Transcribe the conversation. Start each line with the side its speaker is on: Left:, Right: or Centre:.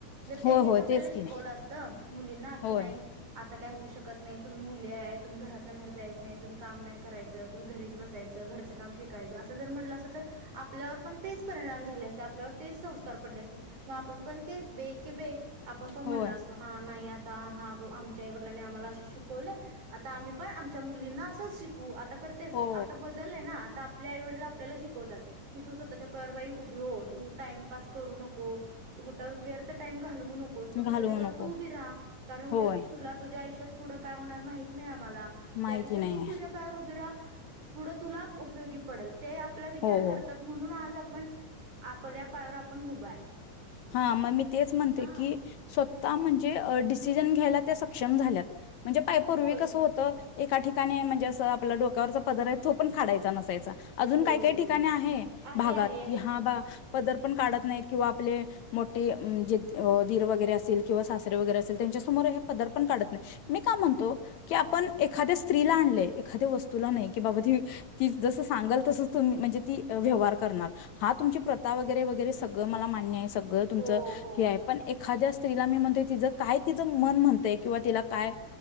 Right: जर
Left: होय
Right: त्यांनीच
Left: होय
Right: आपल्याला
Left: तेच
Right: शिकवलं
Left: की
Right: असत मुलींना
Left: होय
Right: की नाही आ आता काय होऊ शकत नाही तुम्ही मुले आहे तुम्ही घरातन बाहेर जाच नाही तुम्ही का नाही कयचं तुम्ही घरीच बसायचं घरचं काम शिकाय अस म्हणलं अस तर आपल्यावर पण तेच परिणाम झाले असते तेच संस्का सकार पडले असते आपण पण तेच बे क बे आपण पण म्हणलो
Left: होय
Right: असतो हा नाही आ आ हो आमच्याई वडलांनी आम्हाला असे शिकवले आता आम्ही पण आमच्या मुलींना असंच शिकू आता तर तेअस
Left: हो
Right: आता बदलय ना आता आपल्या आई वडला आपल्याला शिकवतात की तू स्वतःच्या प्यार बाई ऊभी हो तू टाईमपास करू नको कुठं व्यर्थ टाईम घालवू नको. नकोस तु स्वतःच्या
Left: घालवू नको
Right: तू उभी राहा कारण उद्या
Left: होय
Right: तुला तुझ्या आयु्यात पुढं काय होणार माहत नाही आम्हाला त्यापेक्ष
Left: माहिती नाहीये
Right: तू तुझ्या पायावर उभी रहा पुढ तुला उपयोगी पडल ते आपला विचार
Left: हो
Right: करतात
Left: हो
Right: म्हणून आज आपण आपल्या पायावर आपण उभ आहे.
Left: हा मग मी तेच म्हणते
Right: हा
Left: की स्वतः म्हणजे ते डिसिजन घ्यायला ते सक्षम झाल्यात म्हणजे पाय पूर्वी
Right: होय
Left: कसं होतं एका ठिकाणी म्हणजे असं आपला डोक्यावरचा पदर आहे तो पण काढायचा नसायचा अजून
Right: होय
Left: काही काही
Right: होय
Left: ठिकाणी
Right: होय
Left: आहे
Right: आहे
Left: भागात
Right: आहे आहे
Left: कि हा बा पदर पण काढत नाही किंवा आपले मोठे जे दीर वगैरे असेल किंवा सासरे वगैरे असेल त्यांच्यासमोर हे पदर पण काढत नाही. मी का म्हणतो की आपण एखाद्या स्त्रीला आलंय एखाद्या वस्तूला नाही की बाबा ती तीच जसं सांगाल तसं तुम्ही म्हणजे ती व्यवहार करणार हा तुमची प्रथा वगैरे वगैरे सगळं मला माहि नाही हे सगळं तुमचं
Right: हो हो
Left: हे आहे पण एक एखाद्या स्त्रीला मी म्हणत तिचं काय तिचं मन म्हणतंय किंवा तिला काय